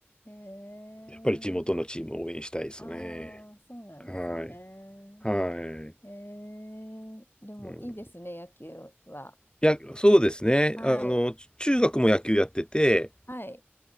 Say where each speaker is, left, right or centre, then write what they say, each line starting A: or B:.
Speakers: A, on the left; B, on the left.
A: えー。
B: やっぱり地元のチームを応援したいですよね。
A: ああ、そうなんですね。
B: はい。はい。
A: ええでもいいですね、
B: うん、い
A: 野球は。
B: や、そうですね。
A: はい。
B: あの、中学も野球やってて、
A: はい。